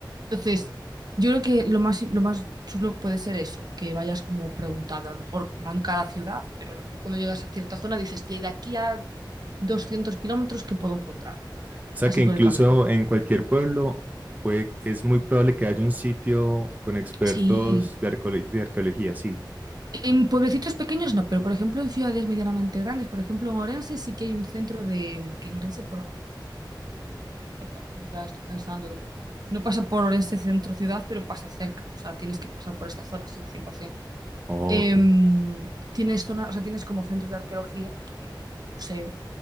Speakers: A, on the right (about 55°); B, on the right (about 20°).
A: Entonces, yo creo que lo más, lo más chulo puede ser eso, que vayas como preguntando, a lo mejor no en cada ciudad, pero a lo mejor cuando llegas a cierta zona dices, y de aquí a 200 kilómetros, ¿qué puedo encontrarme?
B: O sea
A: Así
B: que
A: por
B: incluso
A: el camino.
B: en cualquier pueblo puede- es muy probable que haya un sitio con expertos
A: Sí,
B: de arqueolo- de arqueología, sí.
A: En pueblecitos pequeños no, pero por ejemplo en ciudades medianamente grandes, por ejemplo en Orense sí que hay un centro de... que en Orense por... por Orense pasa el camino. Epa, En plan, estoy pensándolo. No pasa por Orense centro ciudad, pero pasa cerca. O sea, tienes que pasar por esta zona, sí, 100%.
B: Ok.
A: Em, tienes zona, o sea, tienes como centros de arqueología, que tienen como un museo,